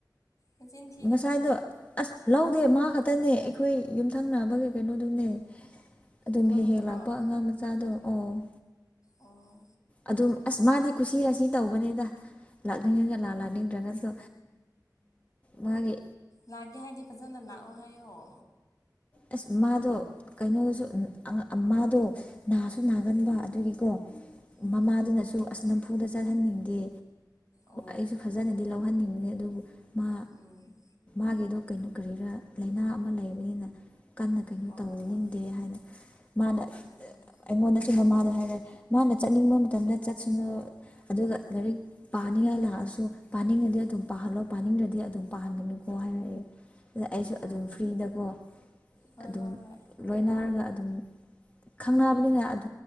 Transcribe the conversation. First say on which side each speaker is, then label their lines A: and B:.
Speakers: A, on the left (about 50°); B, on the left (about 20°).
A: ꯅꯆꯤꯟ ꯊꯤꯒꯅꯨ
B: ꯉꯁꯥꯏꯗꯣ ꯑꯁ ꯂꯧꯗꯦ ꯃꯥ ꯈꯛꯇꯅꯦ ꯑꯩꯈꯣꯏ ꯌꯨꯝꯊꯪ ꯅꯥꯕꯒꯤ ꯀꯩꯅꯣꯗꯨꯅꯦ ꯑꯗꯨꯝ
A: ꯑꯃꯈꯛꯇꯔꯣ
B: ꯍꯦꯛ ꯍꯦꯛ ꯂꯥꯛꯄ ꯑꯉꯥꯡ ꯃꯆꯥꯗꯣ ꯑꯣ
A: ꯑꯣ
B: ꯑꯗꯨꯝ ꯑꯁ ꯃꯥꯗꯤ ꯀꯨꯁꯤꯔꯁꯤ ꯇꯧꯕꯅꯤꯗ ꯂꯥꯛꯅꯤꯡꯉꯒ ꯂꯥꯛꯅꯤꯡꯗ꯭ꯔꯒꯁꯨ ꯃꯥꯒꯤ
A: ꯂꯥꯛꯒꯦ ꯍꯥꯏꯗꯤ ꯐꯖꯅ ꯂꯥꯛꯑꯣ ꯍꯥꯏꯌꯣ
B: ꯑꯁ ꯃꯥꯗꯣ ꯀꯩꯅꯣꯗꯁꯨ ꯃꯥꯗꯣ ꯅꯥꯁꯨ ꯅꯥꯒꯟꯕ
A: ꯎꯝ
B: ꯑꯗꯨꯒꯤꯀꯣ
A: ꯎꯝ
B: ꯃꯃꯥꯗꯨꯅꯁꯨ ꯑꯁ ꯅꯝꯐꯨꯗ ꯆꯠꯍꯟꯅꯤꯡꯗꯦ
A: ꯑꯣ
B: ꯑꯩꯁꯨ ꯐꯖꯅꯗꯤ ꯂꯧꯍꯟꯅꯤꯡꯉꯦ ꯑꯗꯨꯕꯨ ꯃꯥ
A: ꯎꯝ
B: ꯃꯥꯒꯤꯗꯣ ꯀꯩꯅꯣ ꯀꯔꯤꯔꯥ ꯂꯥꯏꯅꯥ ꯑꯃ ꯂꯩꯕꯅꯤꯅ ꯀꯟꯅ ꯀꯩꯅꯣ
A: ꯍꯣꯏ
B: ꯇꯧꯅꯤꯡꯗꯦ
A: ꯍꯣꯏ ꯍꯣꯏ
B: ꯍꯥꯏꯅ ꯃꯥꯅ
A: ꯑꯣ
B: ꯑꯩꯉꯣꯟꯗꯁꯨ ꯃꯃꯥꯗ ꯍꯥꯏ ꯃꯥꯅ ꯆꯠꯅꯤꯡꯕ ꯃꯇꯝꯗ ꯆꯠꯁꯅꯨ ꯑꯗꯨꯒ ꯂꯥꯏꯔꯤꯛ ꯄꯥꯅꯤꯡꯉꯥꯏ ꯂꯥꯛꯑꯁꯨ꯫ ꯄꯥꯅꯤꯡꯉꯗꯤ ꯑꯗꯨꯝ ꯄꯥꯍꯜꯂꯣ ꯄꯥꯅꯤꯡꯂꯗꯤ ꯑꯗꯨꯝ ꯄꯥꯍꯟꯒꯅꯨꯀꯣ ꯍꯥꯏꯔꯛꯑꯦ ꯑꯗ ꯑꯩꯁꯨ
A: ꯑꯣ
B: ꯑꯗꯨꯝ ꯐ꯭ꯔꯤꯗꯀꯣ
A: ꯍꯣꯏ
B: ꯑꯗꯨꯝ
A: ꯍꯣꯏ ꯍꯣꯏ
B: ꯂꯣꯏꯅꯔꯒ ꯑꯗꯨꯝ ꯈꯪꯑꯕꯅꯤꯅ ꯑꯗꯨ